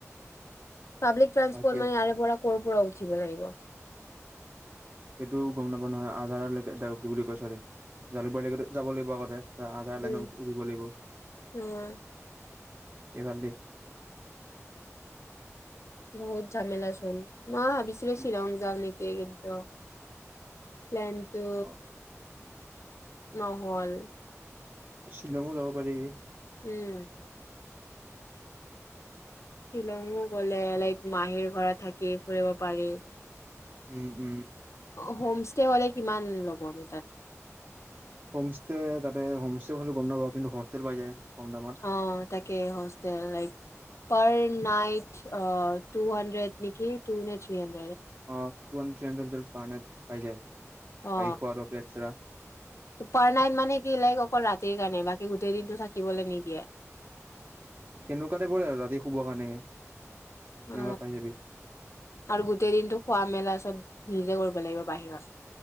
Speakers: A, on the left (about 60°); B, on the right (about 35°).
A: পাব্লিক ট্ৰানসপৰ্ট
B: এতিয়া
A: মানে ইাৰে পৰা কৰ'ৰ পৰা উঠিব লাগিব
B: সেইটো গম নাপাও নহয় আজাৰে কি বুলি কয় চৰি জালুকবাৰীলৈকেতো যাব লাগিব আগতে এ আজাৰা
A: উম
B: লাইনত উঠিব লাগিব
A: উম
B: এইফাল দি
A: বহুত ঝামেেলা চোন মই ভাবিছিলো
B: উম,
A: শ্বিলং যওঁ নেকি ক কিন্তু প্লেন্টো
B: অ',
A: নহল
B: শ্বিলংঙো যাব পাৰি।
A: উম শ্বিলংঙো গ'লে লাইক মাহীৰ ঘৰা থাকি ফুৰিব পাৰি
B: উম উম
A: হোম ষ্টে হ'লে কিমান ল'বনো তাত
B: হোমষ্টে তাতে হোমষ্টে বোলো। গম নাপাবি ন হষ্টেল পাই যায়। কম দামত।
A: অ তাকে hostel like per night two hundred নেকি টু নে থ্ৰী হানড্ৰেদ।
B: অ, টু হান। যদি পাৰ নাইট পাই যায়। বাকী
A: অ
B: খোৱাটো এক্সট্ৰা'।
A: পাৰ নাইট মানে কি লাইক অকল ৰাতিৰ কাৰণে বাকী গোটেই দিনতটো থাকিবলৈ নিদিয়ে'।
B: সেনেকুৱাতে পৰে আৰু ৰাতি শুবৰ কাৰণে সেনেকুৱা
A: অ
B: পাই যাবি
A: আৰু গোটেই দিনটো খোৱা মেলা চব নিজে কৰিব লাগিব বাহিৰত,।